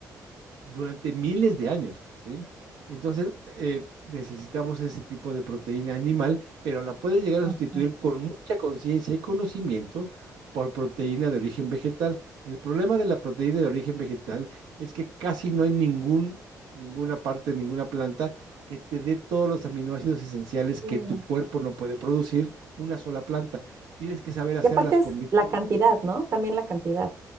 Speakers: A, on the right (about 90°); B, on the right (about 45°).
A: durante miles de años, ¿sí? Entonces, eh, necesitamos ese tipo de proteína animal, pero la puedes llegar a
B: ajá,
A: sustituir con mucha conciencia y conocimiento por proteína de origen vegetal. El problema de la proteína de origen vegetal es que casi no hay ningún, ninguna parte, ninguna planta que te dé todos los aminoácidos esenciales
B: claro.
A: que tu cuerpo no puede producir, una sola planta. Tienes que saber hacer
B: Y aparte
A: las combinaciones
B: es la cantidad, ¿no? También la cantidad.